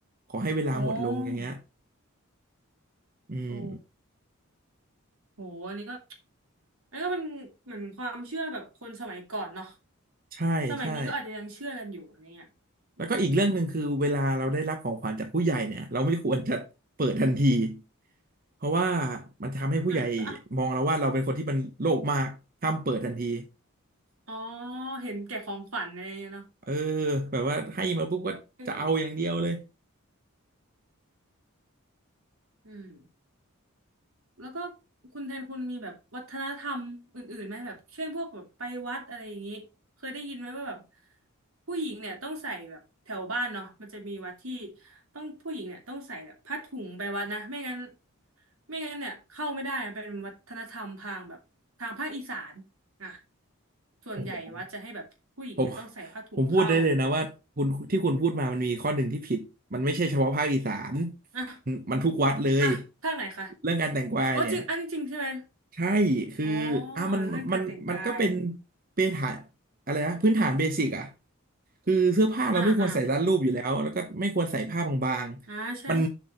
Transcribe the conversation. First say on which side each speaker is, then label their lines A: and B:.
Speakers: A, on the right; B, on the right.
A: ขอให้เวลาหมดลงอย่างเงี้ย
B: อ๋อ
A: อืม
B: โอ้ โหอันนี้ก็อันนี้ก็เป็นเหมือนความเชื่อแบบคนสมัยก่อนเนาะ
A: ใช่ใช่
B: สมัยนี้ก็อาจจะยังเชื่อกันอยู่อะไรเงี้ยอืม
A: แล้วก็อีกเรื่องหนึ่งคือเวลาเราได้รับของขวัญจากผู้ใหญ่เนี่ยเราไม่ควรจะเปิดทันทีเพราะว่ามันทำให้ผู้ใหญ่
B: อ่ะอ่ะ
A: มองเราว่าเราเป็นคนที่มันโลภมากห้ามเปิดทันที
B: อ๋อเห็นแก่ของขวัญอะไรเงี้ยเนาะ
A: เออแบบว่าให้มาปุ๊บก็จะเอาอย่างเดียวเลย
B: อืมอืม แล้วก็คุณแทนคุณมีแบบวัฒนธรรมอื่นๆไหมแบบเช่นพวกแบบไปวัดอะไรอย่างนี้เคยได้ยินไหมว่าแบบผู้หญิงเนี่ยต้องใส่แบบแถวบ้านเนาะมันจะมีวัดที่ต้องผู้หญิงเนี่ยต้องใส่แบบผ้าถุงไปวัดนะไม่งั้นไม่งั้นเนี่ยเข้าไม่ได้เป็นวัฒนธรรมทางแบบทางภาคอีสานอ่ะส่วนใหญ่วัดจะให้แบบผู้หญิงเนี่ยต้องใส่ผ้าถุงเข้า
A: โอ้โห ผมผมพูดได้เลยนะว่าคุณที่คุณพูดมามันมีข้อหนึ่งที่ผิดมันไม่ใช่เฉพาะภาคอีสาน
B: อ่ะ
A: มันมันทุกวัดเลย
B: อ่ะภาคไหนคะ
A: เรื่องการแต่งกวายเนี่ย
B: อ๋อจริงอันนี้จริงใช่ไหม
A: ใช่คือ
B: อ๋อ
A: อ่ะมันมันมันก็เป็น
B: อ่ะเรื่องการแต่งกาย
A: เบฐานอะไรนะพื้นฐานเบสิกอ่ะคือเสื้อผ้าเราไม่ควรใส่รัดรูปอยู่แล้วแล้วก็ไม่ควรใส่ผ้าบางๆมัน
B: อ่าอ่า อ่าใช่